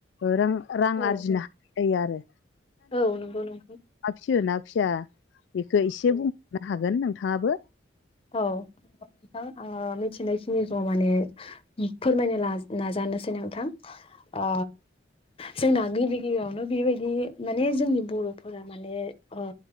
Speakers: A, on the left (about 65°); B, on the left (about 30°).
A: रां रां
B: औ
A: आरजिनो हायो आरो
B: औ नंगौ नंगौ
A: ना फियो ना फिया बेखौ एसे बुंहरनो हागोन नोंथाङाबो
B: औ ओ मिथिनायखिनिखौ माने फोरमायनो ना नाजानोसै नोंथां ओ जोंना गिबि यावनो बेबायदि माने जोंनि बर'फोरा माने ओ